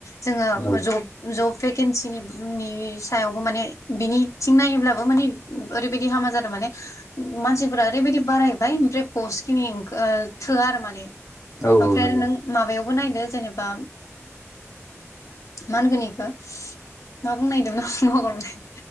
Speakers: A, on the left; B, on the left.
A: जोङो
B: औ
A: जब जब। भेकेन्सिनिनि सायावबो माने बिनिथिं नायोब्ला। बो माने ओरैबायदि हामा जादों माने मानसिफोरा ओरैबायदि बारायबाय ओमफ्राय पस्ट खिनि थोआ आरो माने।
B: औ
A: ओमफ्राय
B: औ नंगौ
A: आरो नों माबायाव नायदो जेनेबा मानगोनिखौ मा बुं नायददोंमोन हगरबाय।